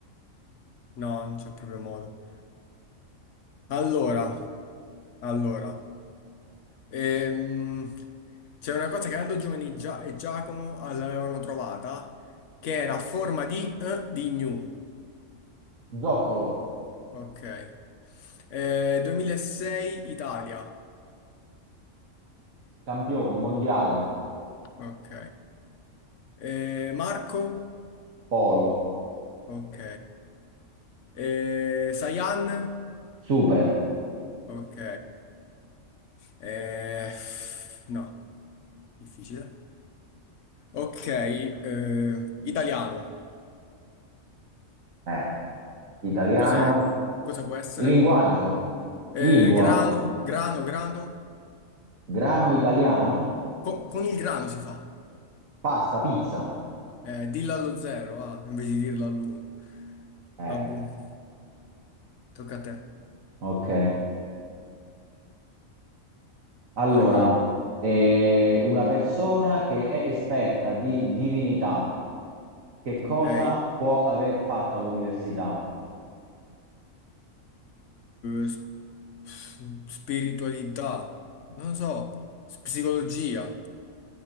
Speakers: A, on the left; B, on the right.
A: No, non c'è proprio modo. Allora, allora, ehm, c'è una cosa che Aldo Giovanni Gia- e Giacomo l'avevano trovata, che era a forma di eh, di gnu.
B: Zoccolo,
A: Ok. Eh, 2006 Italia.
B: campioni, mondiale,
A: Ok. Eh, Marco?
B: polo,
A: Ok. Eh, Sayan?
B: super,
A: Ok. Eh, no, difficile. Ok, eh, italiano.
B: eh, italiano,
A: Cos'è? Cosa può essere?
B: linguaggio,
A: Eh,
B: lingua,
A: grano, grano, grano.
B: grano italiano,
A: Co- con il grano si fa.
B: pasta, pizza.
A: Eh, dillo allo zero, ah, invece di dirlo all'uno.
B: Eh,
A: Vabbù, tocca a te.
B: ok. Allora,
A: Vai, vai.
B: eh, una persona che è esperta di divinità, che cosa
A: Ok. Eh,
B: può aver fatto all'università?
A: s- s- spiritualità. Non so. S- Psicologia.